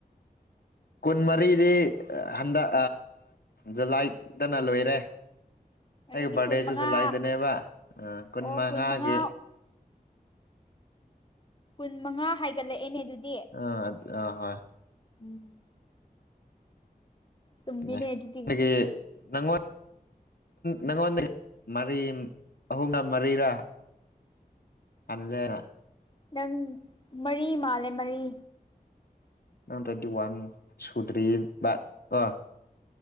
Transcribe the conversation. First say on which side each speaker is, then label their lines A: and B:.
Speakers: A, on the left (about 75°); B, on the left (about 30°).
A: ꯀꯨꯟꯃꯔꯤꯗꯤ ꯍꯟꯗꯛ ꯖꯨꯂꯥꯏꯗꯅ ꯂꯣꯏꯔꯦ
B: ꯑꯗꯨꯗꯤ
A: ꯑꯩꯒꯤ ꯕꯥꯔꯗꯦꯁꯦ
B: ꯀꯨꯟ ꯃꯉꯥ
A: ꯖꯨꯂꯥꯏꯗꯅꯦꯕ ꯀꯨꯟ
B: ꯑꯣ
A: ꯃꯉꯥꯒꯤ
B: ꯃꯉꯥ ꯀꯨꯟ ꯃꯉꯥ ꯍꯥꯏꯒꯠꯂꯛꯑꯦꯅꯦ ꯑꯗꯨꯗꯤ
A: ꯑ ꯑ ꯍꯣꯏ
B: ꯎꯝ ꯆꯨꯝꯃꯤꯅꯦ
A: <unintelligible>
B: ꯑꯗꯨꯗꯤ
A: ꯈꯣꯏꯒꯤ ꯉꯛꯉꯣꯟ ꯅꯉꯣꯟꯗ ꯃꯔꯤ ꯑꯍꯨꯝꯂ ꯃꯔꯤꯔꯥ ꯍꯜꯂꯦ
B: ꯅꯪ ꯃꯔꯤ ꯃꯥꯜꯂꯦ ꯃꯔꯤ
A: <unintelligible>